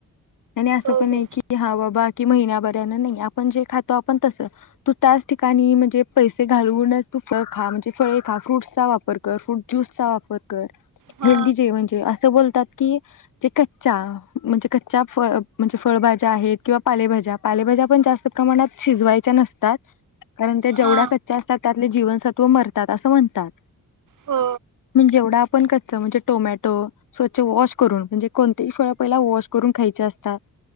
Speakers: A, on the left; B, on the right.
A: आणि असं
B: हो
A: पण
B: हो
A: आहे की हा बाबा की महिन्याभऱ्यांन नाही आपण जे खातो आपण तस तू त्याच ठिकाणी म्हणजे पैसे घालूनच तू फळ खा म्हणजे फळे खा फ्रूटचा वापर कर फ्रूट ज्यूस चा वापर कर
B: हा
A: हेल्दी जेवण जेव? म्हणतात की जे कच्च्या म्हणजे कच्च्या फळ म्हणजे फळभाज्या आहेत किंवा पालेभाज्या पालेभाज्या पण जास्त प्रमाणात शिजवायच्या नसतात कारण ते जेवढ्या
B: हा
A: कच्च्या असतात.. त्यातले जीवनसत्व मरतात असं म्हणतात.
B: हो
A: पण जेवढ आपण कच्च म्हणजे टोमॅटो स्वच्छ वॉश करून म्हणजे कोणतेही फळ पहिला वॉश करून खायची असतात.